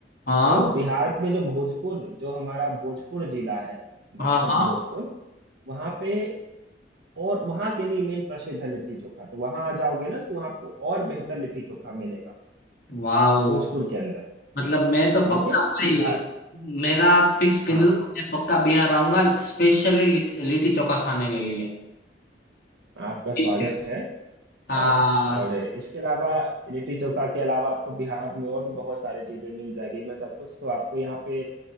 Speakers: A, on the left; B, on the right.
A: हाँ
B: तो बिहार में जो भोजपुर जो हमारा भोजपुर जिला है बक्सर
A: हाँ हाँ
B: भोजपुर वहाँ पे और वहाँ के लिए मेन प्रसिद्ध है लिट्टी चोखा तो वहाँ आ जाओगे ना तो वहाँ आपको और बेहतर लिट्टी चोखा मिलेगा
A: वाओ
B: भोजपुर के अंदर
A: मतलब मैं तो
B: लेकिन
A: पक्का भाई
B: बिहार
A: मेरा आप फिक्स गिन
B: हाँ
A: लो मैं पक्का बिहार आऊंगा स्पेशली लिट्टी चोखा खाने के लिए
B: आपका स्वागत
A: ठीक है
B: है
A: हाँ
B: और और इसके अलावा लिट्टी चोखा के अलावा आपको बिहार में और भी बहुत सारी चीजें मिल जाएगी मैं सब कुछ तो आपको यहाँ पे